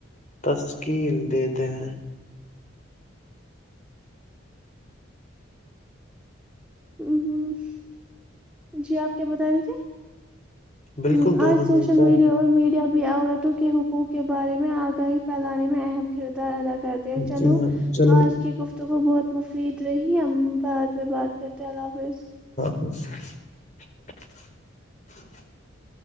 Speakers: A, on the left (about 35°); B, in the centre.
A: تشکیل دیتے ہیں
B: <unintelligible> جی آپ کیا بتا رہی تھے
A: بالکل
B: ہ
A: دونوں
B: آج سوشل
A: مل کر
B: میڈیا اور میڈ جب عورتوں کے حقوق کے بارے میں آگاہی پھیلانے میں اہم کد ادا کرتے ہیں چلو
A: جی ہاں چلو
B: آج کی گفت تو وہ بہت مفید رہی ہم بعد میں بات کرتے الپ فریز
A: <unintelligible>